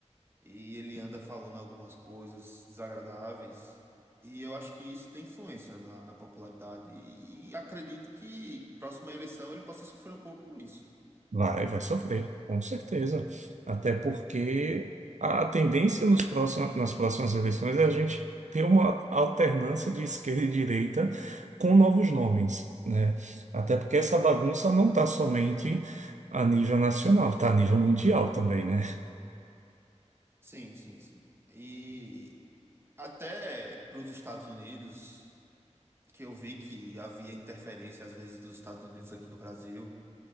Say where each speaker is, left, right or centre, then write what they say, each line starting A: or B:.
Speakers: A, on the right (about 20°); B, on the right (about 90°).
A: E ele anda falando algumas coisas desagradáveis. E eu acho que isso tem influência na, na popularidade. E, e acredito que próxima eleição ele possa sofrer um pouco com isso.
B: Vai, vai sofrer, com certeza. Até porque a a tendência nos próximos, nas próximas eleições é a gente ter uma alternância de esquerda e direita com novos nomes, né? Até porque essa bagunça não está somente a nível nacional, está a nível mundial também, né?
A: Sim, sim, sim. E até para os Estados Unidos. que eu vi que havia interferência às vezes dos Estados Unidos aqui no Brasil